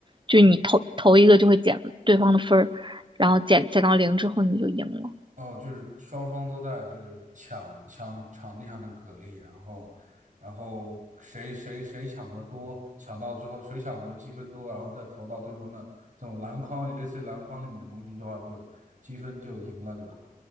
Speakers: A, on the right; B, on the right.
A: 就你投投一个就会减对方的分儿，然后减减到零之后你就赢了。
B: 哦，就是双方都在就是抢抢场地上的蛤蜊，然后然后谁谁谁抢的多，抢到之后谁抢得多积分多，然后再投到对方的这种篮筐里，类似于篮筐里面的东西的话，就积分就赢了，对吧？